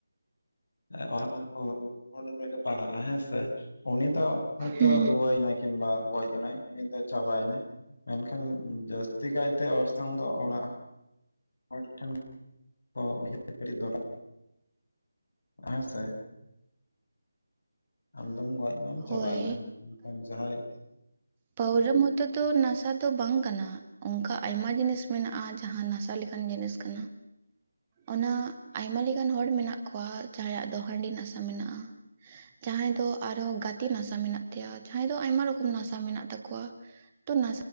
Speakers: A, on the left; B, on the right.
A: <unintelligible> ᱚᱱᱠᱟ ᱠᱚ ᱯᱟᱲᱟᱜᱼᱟ ᱦᱮᱸ ᱥᱮ ᱩᱱᱤ ᱛᱚ ᱦᱳᱭᱛᱚ
B: ᱦᱮᱸ
A: ᱨᱩᱣᱟᱹᱭᱱᱟᱭ ᱠᱤᱝᱵᱟ ᱜᱚᱡ ᱮᱱᱟᱭ ᱩᱱᱤ ᱫᱚ ᱪᱟᱵᱟᱭ ᱱᱟᱭ, ᱢᱮᱱᱠᱷᱟᱱ ᱡᱟᱹᱥᱛᱤ ᱠᱟᱭᱛᱮ ᱚᱨᱥᱚᱝ ᱫᱚ ᱚᱲᱟᱜ ᱦᱚᱲ ᱴᱷᱮᱱ ᱠᱚ ᱩᱭᱦᱟᱹᱨ ᱠᱟᱹᱴᱤ ᱫᱚᱨᱟ ᱦᱮᱸ ᱥᱮ ᱟᱢᱫᱢ ᱜᱚᱡ ᱱᱟᱢ
B: ᱦᱳᱭ
A: ᱪᱟᱵᱟᱭᱱᱟᱢ ᱢᱮᱱᱠᱷᱟᱱ ᱡᱟᱦᱟᱸᱭ
B: ᱯᱟᱺᱣᱨᱟ ᱢᱚᱛᱚ ᱫᱚ ᱱᱟᱥᱟ ᱫᱚ ᱵᱟᱝ ᱠᱟᱱᱟ, ᱚᱝᱠᱟ ᱟᱭᱢᱟ ᱡᱤᱱᱤᱥ ᱢᱮᱱᱟᱜ-ᱟ ᱡᱟᱦᱟᱸ ᱱᱟᱥᱟ ᱞᱮᱠᱟᱱ ᱡᱤᱱᱤᱥ ᱠᱟᱱᱟ᱾ ᱚᱱᱟ ᱟᱭᱢᱟ ᱞᱤᱠᱟᱱ ᱦᱚᱲ ᱢᱮᱱᱟᱜ ᱠᱚᱣᱟ ᱡᱟᱦᱟᱸᱭᱟᱜ ᱫᱚ ᱦᱟᱺᱰᱤ ᱱᱟᱥᱟ ᱢᱮᱱᱟᱜ-ᱟ᱾ ᱡᱟᱦᱟᱸᱭ ᱫᱚ ᱟᱨᱦᱚᱸ ᱜᱟᱹᱛᱤ ᱱᱟᱥᱟ ᱢᱮᱱᱟᱜ ᱛᱟᱭᱟ ᱡᱟᱦᱟᱸᱭ ᱫᱚ ᱟᱭᱢᱟ ᱨᱚᱠᱚᱢ ᱱᱟᱥ ᱛᱟ ᱢᱮᱱᱟᱜ ᱛᱟᱠᱚᱣᱟ ᱛᱚ ᱱᱟ